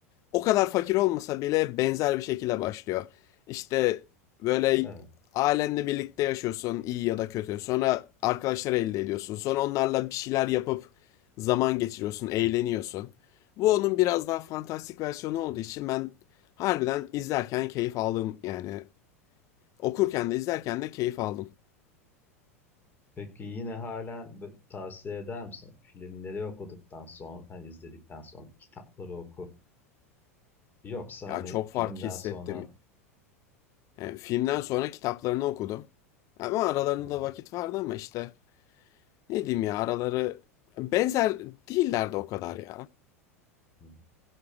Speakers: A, on the left (about 45°); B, on the left (about 25°).
A: o kadar fakir olmasa bile benzer bir şekilde başlıyor. İşte böyle
B: evet.
A: ailenle birlikte yaşıyorsun iyi ya da kötü. Sonra arkadaşları elde ediyorsun. Sonra onlarla bir şeyler yapıp zaman geçiriyorsun, eğleniyorsun. Bu onun biraz daha fantastik versiyonu olduğu için ben harbiden izlerken keyif aldım. Yani okurken de izlerken de keyif aldım.
B: Peki yine halen b- tavsiye eder misin? Filmleri okuduktan sonra, hani izledikten sonra kitapları oku. Yoksa
A: Ya
B: hani
A: çok
B: filmden
A: fark hissettim.
B: sonra...
A: Yani filmden sonra kitaplarını okudum. Ama aralarında
B: Hı hı,
A: da vakit vardı ama işte Ne diyeyim ya araları benzer değiller de o kadar ya.
B: hı. hı.